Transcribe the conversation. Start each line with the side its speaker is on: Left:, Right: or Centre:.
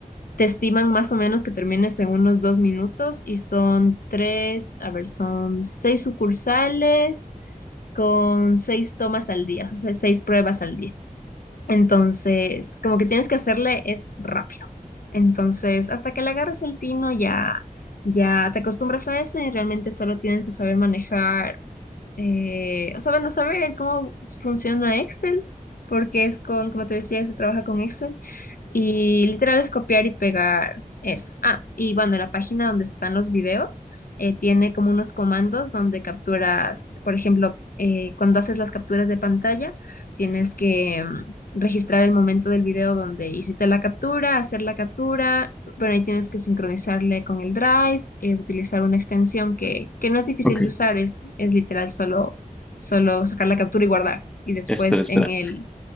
Left: te estiman más o menos que termines en unos dos minutos y son tres, a ver, son seis sucursales con seis tomas al día, o sea, seis pruebas al día. Entonces, como que tienes que hacerle es rápido. Entonces, hasta que le agarres el tino ya, ya te acostumbras a eso y realmente solo tienes que saber manejar eh, o sea, bueno, saber el cómo funciona Excel, porque es con, como te decía, se trabaja con Excel, y literal es copiar y pegar eso. Ah, y bueno, la página donde están los videos eh, tiene como unos comandos donde capturas, por ejemplo, eh, cuando haces las capturas de pantalla, tienes que mm, registrar el momento del video donde hiciste la captura, hacer la captura, pero ahí tienes que sincronizarle con el Drive, eh, utilizar una extensión que, que no es difícil
Centre: Ok,
Left: de usar, es, es literal solo, solo sacar la captura y guardar. Y después
Centre: espera, espera.
Left: en el...